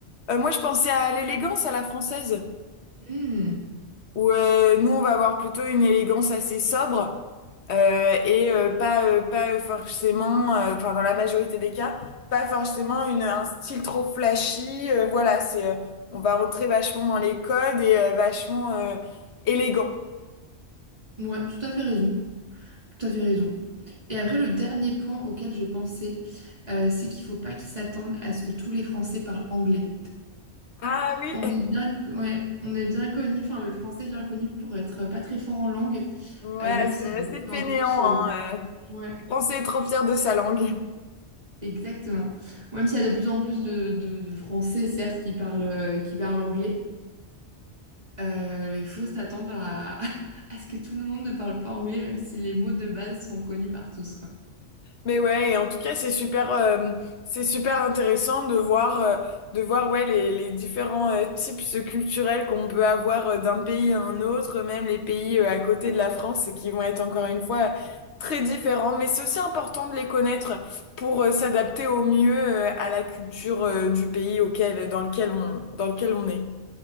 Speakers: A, on the left (about 70°); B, on the right (about 35°).
A: Euh, moi, je pensais à l'élégance à la française.
B: Hmm,
A: où euh, nous on va avoir plutôt une élégance assez sobre euh, et euh, pas euh, pas forcément euh, enfin dans la majorité des cas pas forcément une un style trop flashy euh, voilà c'est euh, on va rentrer vachement dans les codes et euh, vachement euh, élégant
B: ouais, tout à fait raison, tout à fait raison. Et après, le dernier point auquel je pensais, euh, c'est qu'il faut pas qu'ils s'attendent à ce que tous les Français parlent anglais.
A: ah oui
B: On est bien, ouais, on est bien connu, enfin le français est bien connu pour être pas très fort en langue,
A: ouais
B: euh, même
A: c'est
B: s'il y
A: assez
B: a de plus
A: fainéant
B: en plus, euh,
A: hein, euh.
B: ouais,
A: On s'est trop fier de sa langue
B: exactement. Même s'il y a de plus en plus de, de- de Français, certes, qui parlent, euh, qui parlent anglais, euh, il faut s'attendre à, <laughs> à ce que tout le monde ne parle pas anglais, même si les mots de base sont connus par tous, quoi.
A: Mais ouais, et en tout cas, c'est super, euh, c'est super intéressant de voir, euh, de voir ouais, les, les différents euh, types culturels qu'on peut avoir euh, d'un pays à un autre, même les pays euh, à côté de la France, et qui vont être encore une fois euh, très différents. Mais c'est aussi important de les connaître pour euh, s'adapter au mieux euh, à la culture euh, du pays auquel, dans lequel on, dans lequel on est.